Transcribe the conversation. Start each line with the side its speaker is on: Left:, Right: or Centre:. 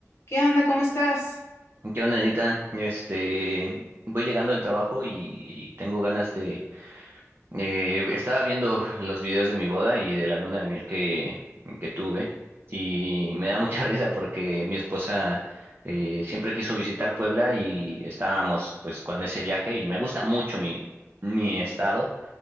Left: ¿Qué onda? ¿Cómo estás?
Right: ¿Qué onda, Anita? Este, voy llegando del trabajo y, y tengo ganas de... eh, estaba viendo los videos de mi boda y de la luna de miel que, que tuve y me da mucha <laughs> risa porque mi esposa eh, siempre quiso visitar Puebla y estábamos pues con ese viaje y me gusta mucho mi, mi estado,